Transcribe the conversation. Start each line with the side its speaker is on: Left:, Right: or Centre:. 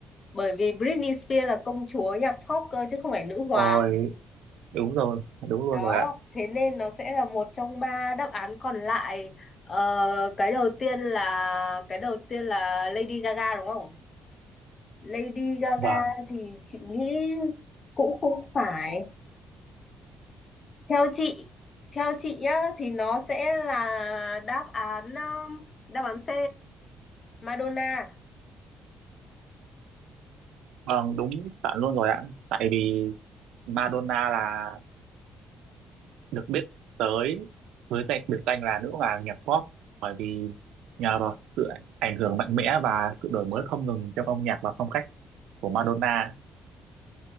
Left: Bởi vì Britney Spears là công chúa nhạc pop cơ chứ không phải nữ hoàng.
Right: Ôi đúng rồi, đúng luôn
Left: Đó,
Right: rồi ạ.
Left: thế nên nó sẽ là một trong ba đáp án còn lại. Ờ, cái đầu tiên là cái đầu tiên là Lady Gaga đúng không? Lady Gaga
Right: Vâng,
Left: thì chị nghĩ cũng không phải theo chị theo chị nhá thì nó sẽ là đáp án um, đáp án C Madonna
Right: vâng đúng chuẩn luôn rồi ạ. Tại vì Madonna là được biết tới với danh biệt danh là nữ hoàng nhạc pop bởi vì nhờ vào sự ảnh ảnh hưởng mạnh mẽ và sự đổi mới không ngừng trong âm nhạc và phong cách của Madonna